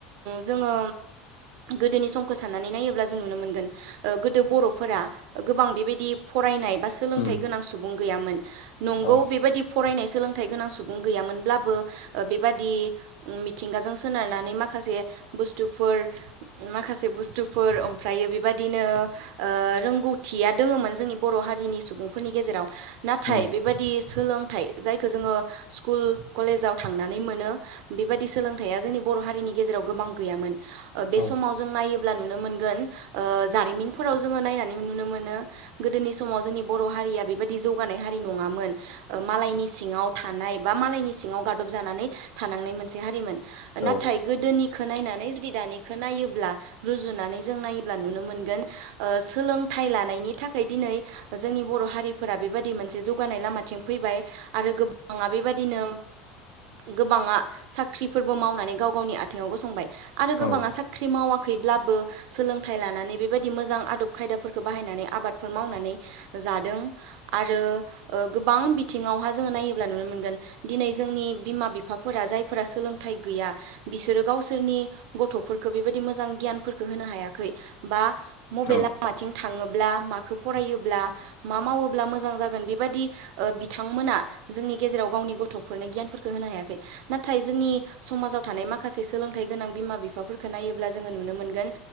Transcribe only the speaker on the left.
उम
औ
उम
औ
औ
औ
औ